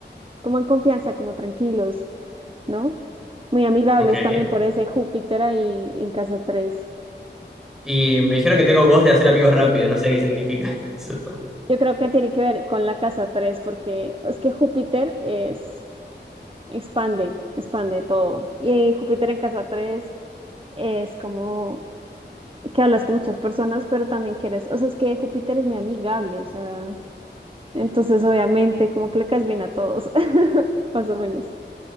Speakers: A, on the right; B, in the centre.
A: como en confianza, como tranquilos ¿no? Muy amigables
B: Ok.
A: también por ese Júpiter ahí en casa 3.
B: Y me dijeron que tengo voz de hacer amigos rápido. No sé qué significa <laughs> eso.
A: yo creo que tiene que ver con la casa 3 porque es que Júpiter es, expande, expande todo. Y Júpiter en casa 3 es como que hablas con muchas personas, pero también que eres, o sea, es que Júpiter es muy amigable, o sea, entonces obviamente como que le caes bien a todos, <laughs> más o menos.